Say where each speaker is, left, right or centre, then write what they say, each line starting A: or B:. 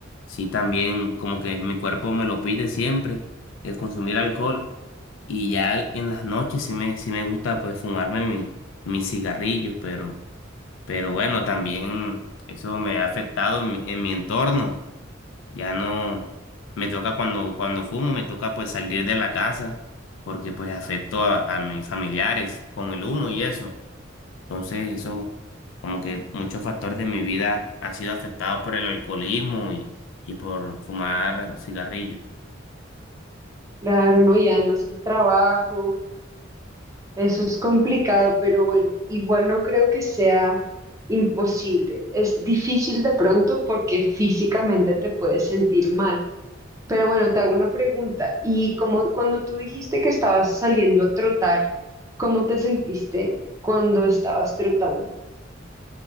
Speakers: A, on the left; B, on the right.
A: sí también como que mi cuerpo me lo pide siempre, el consumir alcohol. Y ya en las noches sí me, sí me gusta pues fumarme mi, mis cigarrillos, pero... Pero bueno, también eso me ha afectado en mi, en mi entorno. Ya no me toca cuando, cuando fumo, me toca pues salir de la casa porque pues afecto a, a mis familiares con el humo y eso. Entonces eso, como que muchos factores de mi vida han sido afectados por el alcoholismo y, y por fumar cigarrillos.
B: Claro, ¿no? Y además el trabajo. Eso es complicado, pero bueno, igual no creo que sea imposible. Es difícil de pronto porque físicamente te puedes sentir mal. Pero bueno, te hago una pregunta. Y como cuando tú dijiste que estabas saliendo a trotar, ¿cómo te sentiste cuando estabas trotando?